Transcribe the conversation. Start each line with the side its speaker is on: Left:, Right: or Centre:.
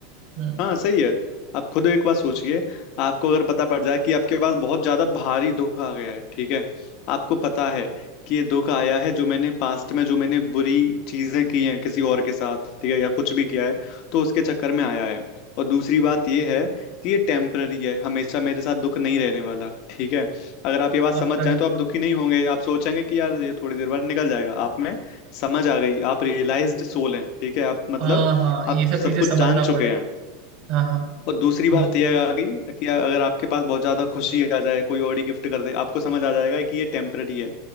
Right: हम्म
Left: हाँ सही है आप खुद एक बार सोचिए आपको अगर पता पड़ जाए कि आपके पास बहुत ज्यादा भारी दुख आ गया है ठीक है आपको पता है कि ये दुख आया है जो मैंने पास्ट में जो मैंने बुरी चीजें की हैं किसी और के साथ ठीक है या कुछ भी किया है तो उसके चक्कर में आया है और दूसरी बात ये है कि ये टेम्पररी है हमेशा मेरे साथ दुख नहीं रहने वाला ठीक है अगर आप ये बात समझ
Right: अच्छा
Left: जाएं
Right: जी
Left: तो आप दुखी नहीं होंगे आप सोचेंगे कि यार ये थोड़ी देर बाद निकल जाएगा आप में समझ आ गई आप रियलाइज्ड सोल हैं ठीक है आप मतलब
Right: हाँ हाँ ये
Left: आप
Right: सब चीजें
Left: सब कुछ
Right: समझना
Left: जान चुके
Right: पड़ेगा
Left: हैं
Right: हाँ हाँ
Left: और दूसरी बात
Right: तो
Left: यह आ गई कि अगर आपके पास बहुत ज्यादा खुशी आ जाए कोई ऑडी गिफ्ट कर दे आपको समझ आ जाएगा कि ये टेम्पररी है